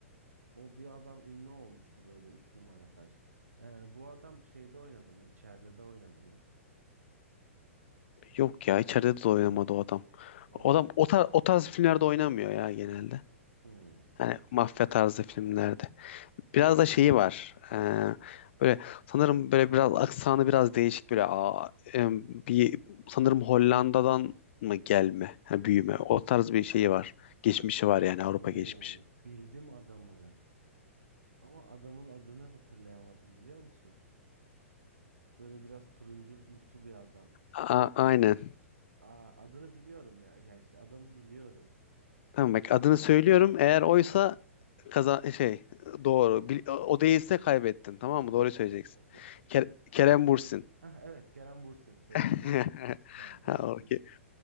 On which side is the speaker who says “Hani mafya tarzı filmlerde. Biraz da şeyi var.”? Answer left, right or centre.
Left